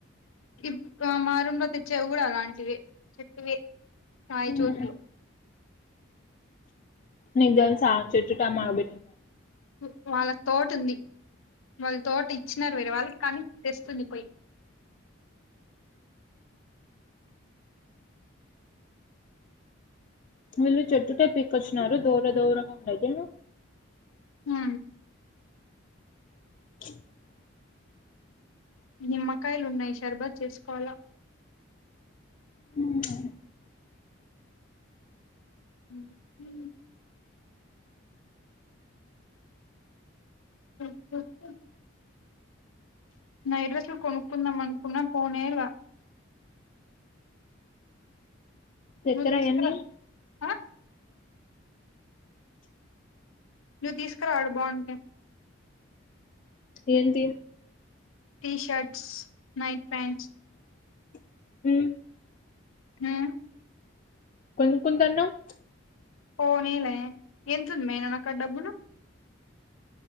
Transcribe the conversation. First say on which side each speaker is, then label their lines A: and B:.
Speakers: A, on the left; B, on the left.
A: ఇప్ ఆ మా రూమ్ లో తెచ్చావి గూడ అలాంటివే చెప్పవే సాయి
B: ఉమ్,
A: చోట్లు
B: నీక్ దెల్సా చుట్టు టమా <unintelligible>
A: వ్ వాళ్ళకి తోటుంది వాళ్ళు తోట ఇచ్చినారు వేరే వాళ్ళకి కానీ తెస్తుంది పొయ్
B: వీళ్ళు చేట్టుట్టే పికొచ్చినారు దోర దోరగా ఉందైతే
A: ఆ
B: <inaudible>
A: నిమ్మకాయలున్నయ్ షర్బత్ చేసుకోవాల
B: <unintelligible>
A: <inaudible> <unintelligible> నైడ్రేస్లు కొనుక్కుందామనుకున్నా పోనేల
B: చెక్కర
A: నువ్వు తీసుకురా
B: యెన్ని
A: ఆ నువ్వు తీసుకరా ఆడ బావుంటే
B: ఏంటీ
A: టీషర్ట్స్ నైట్ ప్యాంట్స్
B: <unintelligible>
A: <unintelligible>
B: కొనుక్కుంటన్నవ్
A: పోనీలే యెంతుందే నాకాడ డబ్బులు